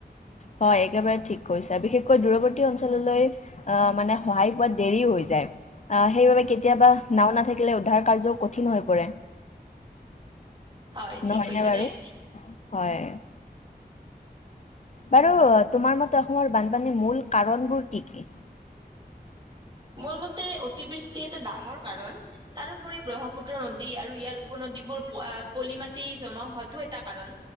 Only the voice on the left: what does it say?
হয় একেবাৰে ঠিক কৈছা বিশেষকৈ দূৰৱৰ্তী অঞ্চললৈ আহ মানে সহায় পোৱাত দেৰি হৈ যায় অ সেইবাবে কেতিয়াবা নাওঁ নাথাকিলে উদ্ধাৰ কাৰ্য কঠিন হৈ পৰে
নহয়নে
বাৰু
হয় বাৰু তোমাৰ মতে অসমৰ বানপানীৰ মূল কাৰণবোৰ কি কি